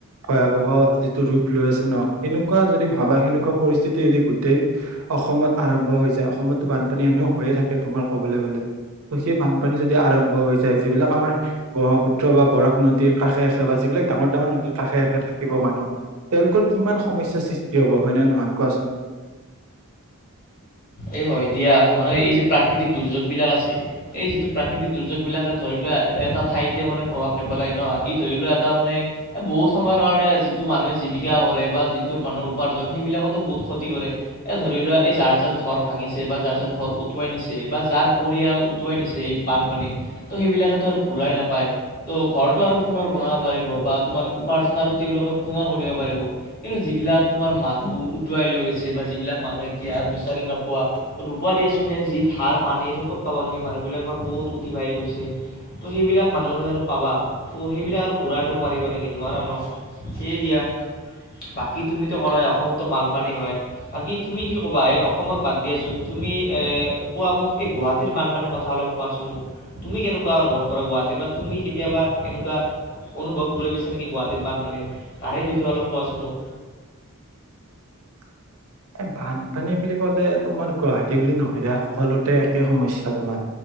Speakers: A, on the right; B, on the left.
A: ভয়াৱহ যিটো ৰূপ লৈ আছে ন' সেনকুৱা যদি ভাবা বা সনেকুৱা পৰিস্থিতি যদি গোটই অসমত আৰম্ভ হৈ যায়, অসমতো বানপানী এনেও হৈয়ে থাকে তোমাৰ ক'বলে গ'লে ত সেই বানপানী যদি আৰম্ভ হৈ যায়, যিবিলাক আমাৰ ব্ৰহ্মপুত্ৰ বা বৰাক নদীৰ কাষে আছে বা যিবিলাক ডাঙৰ ডাঙৰ নদীৰ কাষ কাষে কাষে থাকিব মানুহ। তেওঁলোকৰ কিমান সমস্যাৰ সৃষ্টি হব হয়নে নহয় কোৱাচোন? <inaudible>
B: এই হয় দিয়া মানে এই যে প্ৰাকৃতিক দুৰ্যোগ বিলাক আছে। এই যিটো প্ৰাকৃতিক দুৰ্যোগ বিলাকে ধৰি লোৱা এটা ঠাইতে মানে প্ৰভাৱ নেপেলাই ন' ই ধৰি লোৱা এটা মানে বহুত সময়ৰ কাৰণে যিটো মানুহে জীৱিকা কৰে বা যিটো মানুহৰ উপাৰ্জন সেইবিলাকটো বহুত ক্ষতি কৰে। এ ধৰি লোৱা, এই যাৰ য'ত ভাঙিছে বা যাৰ য'ৰ ঘৰ উটুৱাই নিছে বা যাৰ পৰিয়াল উটুৱাই নিছে এই বানপানীত ত সেইবিলাকে ত আৰু ঘূৰাই নাপায় ত' ঘৰটো আৰু পুণৰ বনাব পাৰিব বা তোমাৰ উপাৰ্জন তেওঁলোকে পুণৰ কৰিব পাৰিব কিন্তু যিবিলাক তোমাৰ মানুহ উটুৱাই লৈ গৈছে বা যিবিলাক মানুহে এতিয়া বিচাৰি নোপোৱা নোপোৱা দিয়া চোন এই যি ধাৰ পানী সেই ক'ত পাব নো সেই মানুহবিলাক বা কত উটি ভাহি গৈছে ত' সেইবিলাক মানুহৰ জানো পাবা ত' সেইবিলাক আৰু ঘূৰাই আনিব পাৰিবা নেকি নোৱাৰা ন এই দিয়া। বাকী তুমিতো ক'লাই অসমতো বানপানী হয়, বাকী তুমি কি ক'বা এই অসমৰ বাদ দিয়াচোন তুমি এ কোৱা মোক এই গুৱাহাটীৰ বানপানীৰ কথা অলপ কোৱাচোন মোক। তুমি কেনে এনেকুৱা অনুভৱ কৰা গুৱাহাটীত বা তুমি কেতিয়াবা এনেকুৱা অনুভৱ লৈ গাইছা নেকি গুৱাহাটীৰ বানপানীত তাৰে বিষয়ে অলপ কোৱাচোন মোক
A: <inaudible> এ বানপানী বুলি ক'লে তোমাৰ গুৱাহাটী বুলি নহয় দে সকলোতে একে সমস্যা তোমাৰ